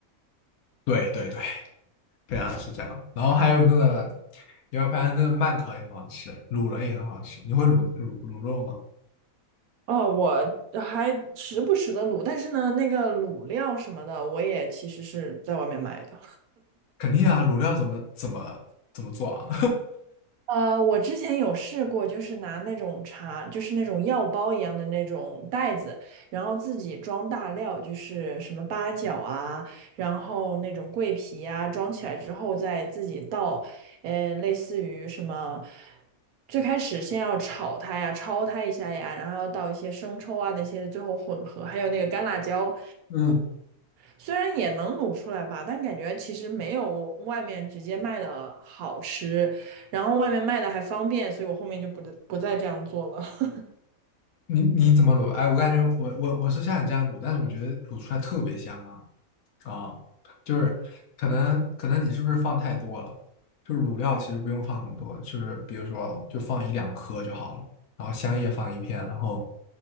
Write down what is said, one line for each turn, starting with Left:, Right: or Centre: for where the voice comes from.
Left: 对对对，对啊，是这样。然后还有那个牛排的那个慢烤也很好吃，卤了也很好吃。你会卤卤卤肉吗？
Right: 哦，我还时不时的卤，但是呢，那个卤料什么的，我也其实是在外面买的。
Left: 肯定啊，卤料怎么怎么怎么做啊？
Right: 呃，我之前有试过，就是拿那种茶，就是那种药包一样的那种袋子，然后自己装大料，就是什么八角啊，然后那种桂皮啊，装起来之后再自己倒，呃，类似于什么，最开始先要炒它呀，焯它一下呀，然后要倒一些生抽啊那些的，最后混合，还有那个干辣椒，
Left: <laughs> 嗯，
Right: 虽然也能卤出来吧，但感觉其实没有外面直接卖的好吃，然后外面卖的还方便，所以我后面就不不再这样做了。<laughs>
Left: 你你怎么卤？哎，我感觉我我我是像你这样卤，但是我觉得卤出来特别香啊。啊，就是可能可能你是不是放太多了？就是卤料其实不用放很多，就是比如说就放一两颗就好了，然后香叶放一片，然后